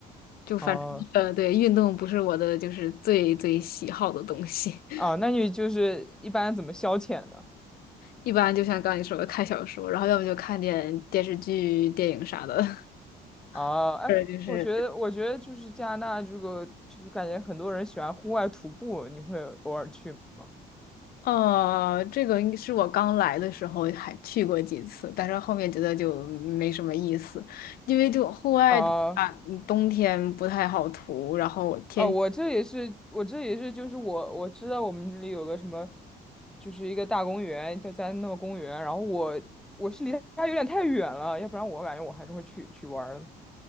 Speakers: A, on the left; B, in the centre.
A: 就反正呃，
B: 哦、
A: 对，运动不是我的就是最最喜好的东西，<laughs>
B: 啊，那你就是一般怎么消遣呢？
A: 一般就像刚你说的看小说，然后要么就看点电视剧、电影啥的。
B: 啊，
A: <laughs>
B: 哎，
A: 对，就是
B: 我觉得我觉得就是加拿大这个，就是感觉很多人喜欢户外徒步，你会偶尔去吗？
A: 呃，这个应是我刚来的时候还去过几次，但是后面觉得就没什么意思，因为就户外的话，
B: 啊、
A: 嗯冬天不太好涂，然后天气。
B: 哦，我这也是，我这也是，就是我我知道我们这里有个什么，就是一个大公园，叫加诺公园。然后我我是离它有点太远了，要不然我感觉我还是会去去玩儿的。